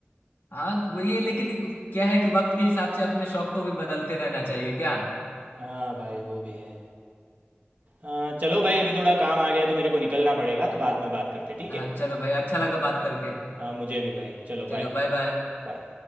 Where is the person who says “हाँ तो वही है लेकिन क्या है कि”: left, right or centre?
Left